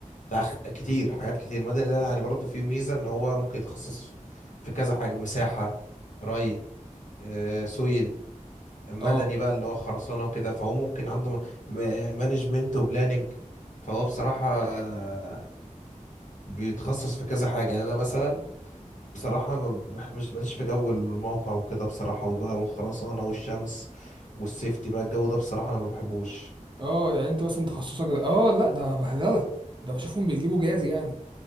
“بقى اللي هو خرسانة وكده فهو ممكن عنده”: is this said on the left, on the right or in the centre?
Left